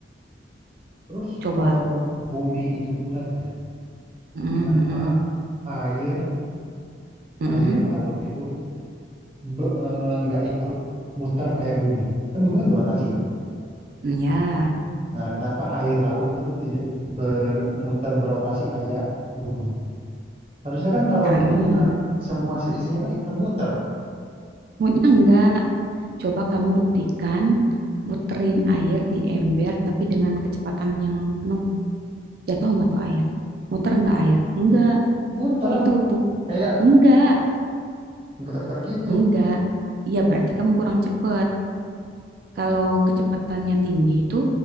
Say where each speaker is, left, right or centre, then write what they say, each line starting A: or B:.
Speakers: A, on the right (about 30°); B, on the right (about 50°).
A: Terus
B: Coba.
A: kalau bumi itu bulat ya,
B: Mm-mm,
A: kenapa
B: mm-mm,
A: air
B: mm-mm,
A: air laut itu be- eh, nggak ikut muter kayak bumi? Kan bumi kan berotasi ya.
B: Ya,
A: Nah, kenapa air laut itu tidak ikut bermuter berotasi kayak bumi? Harusnya kan kalau
B: karena,
A: bumi muter, semua seisinya kan ikutan muter.
B: Maunya enggak. Coba kamu buktikan, muterin air di ember tapi dengan kecepatan yang penuh. Jatuh enggak tuh air? Muter enggak air? Enggak.
A: Muter.
B: Itu buk.
A: kayak
B: Enggak.
A: putar-putar gitu.
B: Enggak. Iya berarti kamu kurang cepet. Kalau kecepatannya tinggi itu